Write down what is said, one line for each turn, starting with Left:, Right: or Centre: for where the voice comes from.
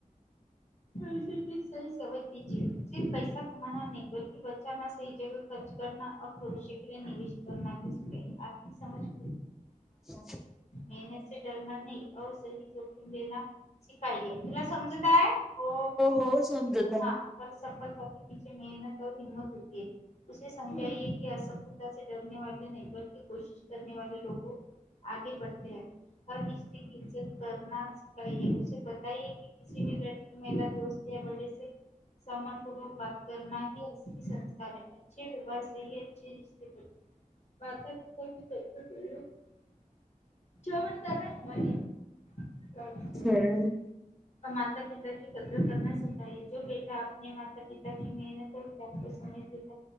Left: <unintelligible> ष स समज दीजे सिर्फ पैसा कमा नाही बलि बचा स जग खर्च कर भविष्य के निवेश कर घ सक आर्थिक समज
Centre: हम् <unintelligible>
Left: मेहनतचे डरना नाही सही जोखिम देना काय आहे तुला समजताय हो
Centre: हो समजत आहे.
Left: हा तर सपल तिची मेहनत तर हिंमत होती. उे समजाये की असफलताचे डरने वे नाही बलकी कोशिश कर वे लोकु आगे बढते है हर रिश्तेची इज्जत करना सखाये. बताये की की लडकी महिला दोस्त या बर्डे समानपूर्वक बाात करना ही अ संस्कार ह अच्छे व्यवहार अ रिश्ते मात पिता की कतू बोलो <unintelligible> <inaudible> जवरत म <unintelligible>
Centre: ह.
Left: माता पिता की कद्र कर सखाय जो बेटा आपने माता पिता क मेहनत त्यामजात